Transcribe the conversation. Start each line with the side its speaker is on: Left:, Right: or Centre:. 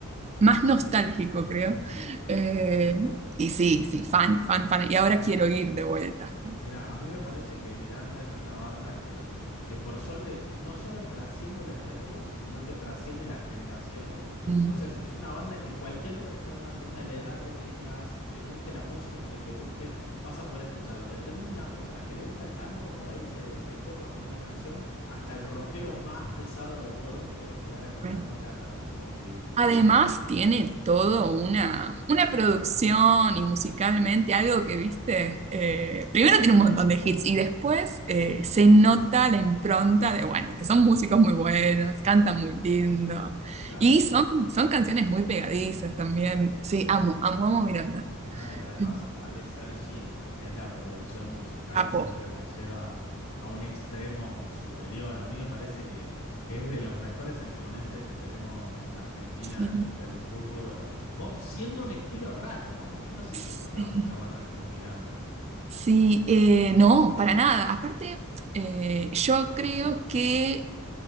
Right: más nostálgico, creo. Eh, y sí, sí, fan, fan, fan. Y ahora quiero ir de vuelta.
Left: Mira, a mí me parece que Miranda es una banda que, que por suerte no solo trasciende los géneros, sino que trasciende las generaciones.
Right: Mm,
Left: Entonces, es una banda que cualquier persona, tenga la edad que tengas, te guste la música que te guste, vas a poder escucharlo. Desde una persona que le gusta el tango, por ahí se, se copa con una canción, hasta el rockero más pesado de todos puede llegar a escuchar
Right: ok.
Left: Miranda. No sé si coincidís.
Right: Además, tiene todo una, una producción y musicalmente algo que viste. eh, primero tiene un montón de hits y después eh, se nota la impronta de, bueno, que son músicos muy buenos, cantan muy lindo
Left: Claro.
Right: y son, son canciones muy pegadizas también. Sí, amo, amo, amo a Miranda.
Left: No, y además
Right: <laughs>
Left: Ale Sergi en lo que es la producción musical
Right: Capo.
Left: siempre la lleva a un extremo superior. A mí me parece que, que es de los mejores exponentes que tenemos en Argentina
Right: Sí,
Left: de- del rubro pop, siendo un estilo raro, ¿no? Porque no sé
Right: sí,
Left: si encontrás muchas bandas como Miranda.
Right: sí, eh, no, para nada. Aparte, eh, yo creo que